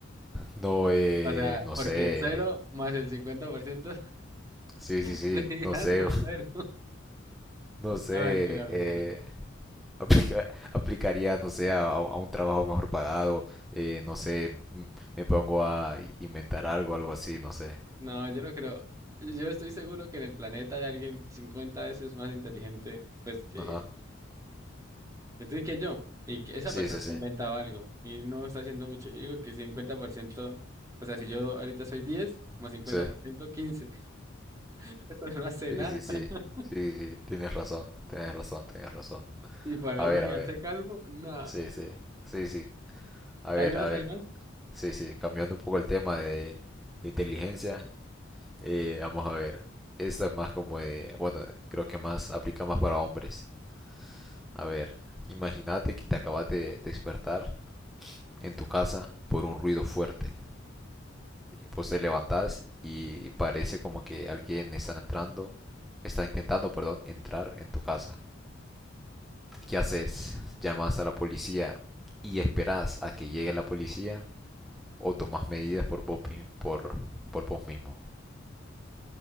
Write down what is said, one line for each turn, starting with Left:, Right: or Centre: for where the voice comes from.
Centre: No, eh,
Right: O sea,
Centre: no
Right: porque
Centre: sé,
Right: cero más el cincuenta por ciento
Centre: Sí, sí,
Right: Sí,
Centre: sí,
Right: <laughs>
Centre: no
Right: ando,
Centre: sé,
Right: cero.
Centre: <laughs> no sé,
Right: No, mentira, mentira.
Centre: eh, aplica- aplicaría, no sé, a, a un trabajo mejor pagado, eh, no sé, m- me pongo a inventar algo, algo así, no sé.
Right: No, yo no creo. Yo estoy seguro que en el planeta hay alguien 50 veces más inteligente, pues, que,
Centre: Ajá,
Right: que tú y que yo. Y que esa
Centre: sí,
Right: persona
Centre: sí, sí,
Right: ha inventado algo. Y no está haciendo mucho. Yo digo que cincuenta por ciento o sea, si yo ahorita soy 10 más cincuenta
Centre: sí,
Right: por ciento quince <laughs> Eso no hace
Centre: sí,
Right: nada.
Centre: sí, sí,
Right: <laughs>
Centre: sí, sí, tienes razón, tienes razón, tienes razón.
Right: Y para
Centre: A
Right: uno
Centre: ver,
Right: quedarse
Centre: a ver,
Right: calvo, no.
Centre: sí, sí, sí, sí, a ver,
Right: ¿Hay más?
Centre: a ver,
Right: ¿Hay más?
Centre: sí, sí, cambiando un poco el tema de, de inteligencia, eh, vamos a ver, esta es más como de, bueno, creo que más, aplica más para hombres. A ver, imagínate que te acabas de despertar en tu casa por un ruido fuerte. Pues te levantas y parece como que alguien está entrando, está intentando, perdón, entrar en tu casa. ¿Qué haces? ¿Llamas a la policía y esperas a que llegue la policía o tomas medidas por vos, pi- por, por vos mismo?